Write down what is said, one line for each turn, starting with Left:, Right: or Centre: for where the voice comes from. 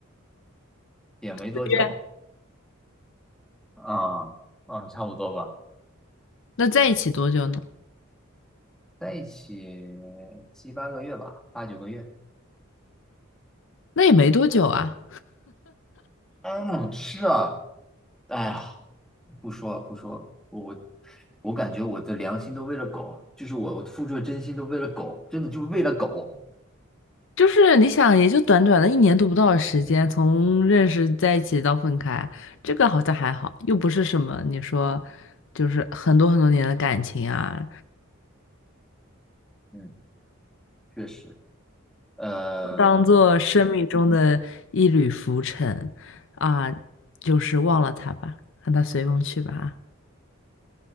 Centre: 也没多久，
Left: 约
Centre: 啊啊，差不多吧，
Left: 那在一起多久呢？
Centre: 在一起七八个月吧，八九个月。
Left: 那也没多久啊，
Centre: 嗯，是啊，哎呀，不说了，不说了，我我我感觉我的良心都为了狗，就是我我付出的真心都为了狗，真的就为了狗。
Left: 就是你想，也就短短的一年都不到的时间，从认识在一起到分开，这个好像还好，又不是什么你说，就是很多很多年的感情啊，
Centre: 嗯，确实。呃，
Left: 当做生命中的一缕浮尘啊，就是忘了他吧，让他随风去吧啊